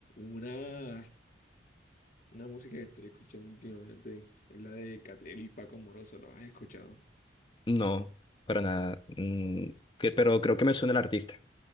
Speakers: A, on the left; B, on the left.
A: Una, una música que estoy escuchando últimamente es la de Catriel y Paco Moroso, ¿lo has escuchado?
B: No, para nada. Mm, que, pero creo que me suena el artista.